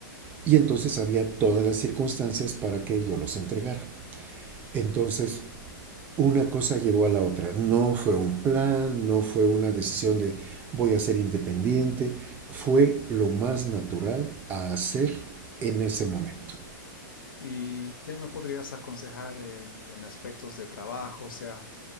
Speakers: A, on the right (about 15°); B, on the left (about 80°).
A: y entonces había todas las circunstancias para que yo los entregara. Entonces, una cosa llevó a la otra. No fue un plan, no fue una decisión de voy a ser independiente, fue lo más natural a hacer en ese momento.
B: ¿Y qué me podrías aconsejar en, en aspectos de trabajo? O sea,